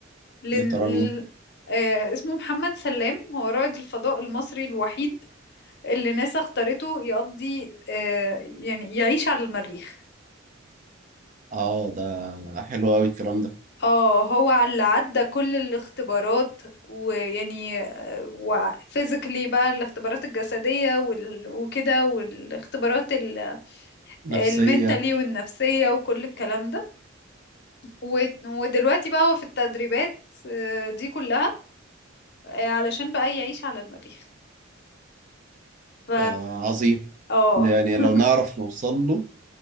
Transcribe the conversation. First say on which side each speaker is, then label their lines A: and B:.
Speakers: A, on the left; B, on the right.
A: لن...
B: يا ترى
A: ال-
B: مين
A: آه اسمه محمد سلام هو رائد الفضاء المصري الوحيد اللي ناسا اختارته يقضي آه يعني يعيش على المريخ
B: اه ده حلو قوي الكلام ده
A: اه هو اللي عدى كل الاختبارات ويعني وفيزيكلي بقى الاختبارات الجسدية وال- وكده والاختبارات ال-
B: نفسيه
A: المنتالي والنفسية وكل الكلام ده و- ودلوقتي بقى هو في التدريبات آه، دي كلها آه، علشان بقى يعيش على المريخ ف
B: ده عظيم
A: اه
B: ده يعني
A: <laughs>
B: لو نعرف نوصل له